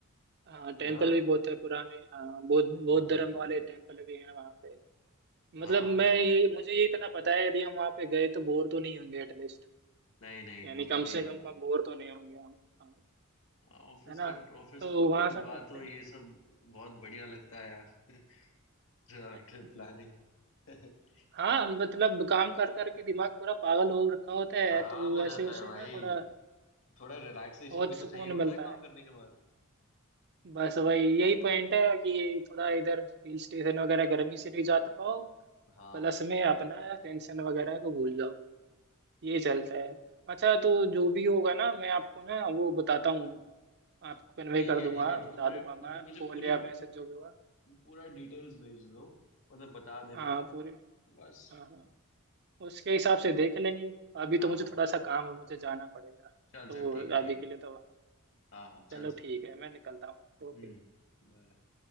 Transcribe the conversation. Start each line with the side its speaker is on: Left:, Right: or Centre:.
Right: हाँ टेम्पल
Left: है ना
Right: भी बहुत है पुराने हाँ बौद्ध
Left: पुराने
Right: बौद्ध धर्म
Left: पुराने
Right: वाले टेम्पल भी हैं वहाँ पे
Left: हाँ
Right: मतलब मैं ये मुझे ये इतना पता है यदि हम वहाँ पे गए तो बोर तो नहीं होंगे एटलीस्ट
Left: नहीं नहीं
Right: यानी
Left: वो
Right: कम
Left: तो नहीं
Right: से
Left: होगा
Right: कम हम बोर तो नहीं होंगे हम हाँ,
Left: हाँ, ऑफिस
Right: है ना
Left: का ऑफिस
Right: तो वहाँ
Left: के
Right: सा
Left: बाद
Right: करते
Left: तो ये सब बहुत बढ़िया लगता है यार <laughs> Trip
Right: हैं
Left: planning
Right: <laughs>
Left: <laughs>
Right: हाँ मतलब काम कर करके दिमाग पूरा पागल हो रखा होता है
Left: खराब
Right: तो
Left: हो जाता
Right: ऐसे उसे
Left: है भाई
Right: ना थोड़ा
Left: थोड़ा रिलैक्सेशन
Right: बहुत
Left: भी तो
Right: सुकून
Left: चाहिए होता
Right: मिलता
Left: है काम
Right: है
Left: करने के बाद
Right: बस वही यही पॉइंट है कि ये थोड़ा इधर हिल स्टेशन वगैरह गर्मी से नहीं जा पाओ
Left: हाँ
Right: प्लस में अपना टेंशन वगैरह को भूल जाओ ये चलता है अच्छा तो जो भी होगा ना मैं आपको ना वो बताता हूँ आपको कन्वे
Left: ठीक
Right: कर
Left: है
Right: दूंगा
Left: ठीक है
Right: बता
Left: तो मुझे
Right: दूंगा मैं
Left: तो मुझे
Right: कॉल
Left: पूरे
Right: या मैसेज जो भी होगा
Left: पूरा डिटेल्स भेज दो मतलब बता देना
Right: हाँ पूरे
Left: बस
Right: हाँ हाँ उसके हिसाब से देख लेंगे अभी
Left: हाँ
Right: तो मुझे
Left: हाँ
Right: थोड़ा सा काम है मुझे जाना पड़ेगा
Left: चल
Right: तो
Left: चल ठीक है
Right: अभी
Left: ठीक
Right: के
Left: है
Right: लिए तो
Left: हाँ हाँ चल
Right: चलो
Left: चल
Right: ठीक है मैं निकलता हूँ ओके
Left: हम्म bye।